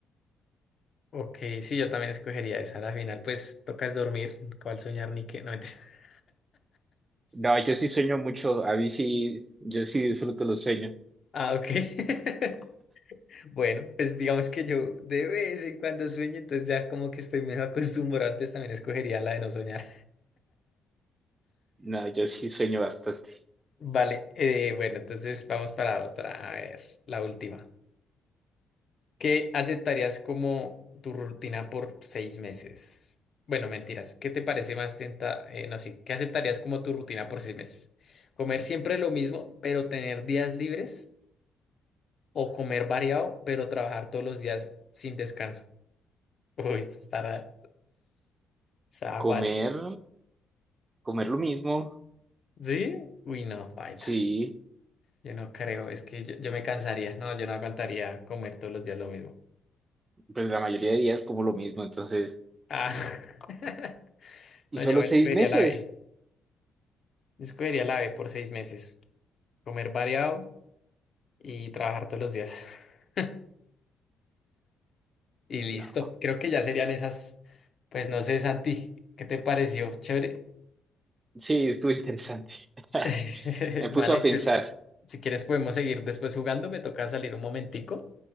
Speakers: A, on the left; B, on the right.
A: Ok, sí, yo también escogería esa. Al final, pues tocas dormir, cuál soñar ni qué. No, mentira. <laughs>
B: No, yo sí sueño mucho. A mí sí, yo sí disfruto los sueños.
A: Ah, ok. <laughs> Bueno, pues digamos que yo de vez en cuando sueño, entonces ya como que estoy medio <laughs> acostumbrado. Antes también escogería la de no soñar.
B: No, yo sí sueño bastante.
A: <laughs> Vale, eh, bueno, entonces vamos para otra. A ver, la última. ¿Qué aceptarías como tu rutina por seis meses? Bueno, mentiras. ¿Qué te parece más tenta? eh, no, sí. ¿Qué aceptarías como tu rutina por seis meses? ¿Comer siempre lo mismo, pero tener días libres? o comer variado, pero trabajar todos los días sin descanso. <laughs> Uy, eso estará. Está
B: Comer,
A: guacho.
B: comer lo mismo,
A: ¿Sí? Uy, no, baila.
B: sí,
A: Yo no creo, es que yo, yo me cansaría. No, yo no aguantaría comer todos los días lo mismo.
B: pues la mayoría de días como lo mismo, entonces,
A: Ah. <laughs>
B: ¿y
A: No,
B: solo
A: yo
B: seis
A: escogería
B: meses?
A: la B. Yo escogería la B por seis meses. Comer variado y trabajar todos los días. <laughs> Y listo.
B: No,
A: Creo que ya serían esas. Pues no sé, Santi, ¿qué te pareció? Chévere.
B: sí, estuvo interesante. <laughs>
A: <laughs>
B: Me puso
A: Vale,
B: a pensar.
A: pues si quieres podemos seguir después jugando. Me toca salir un momentico,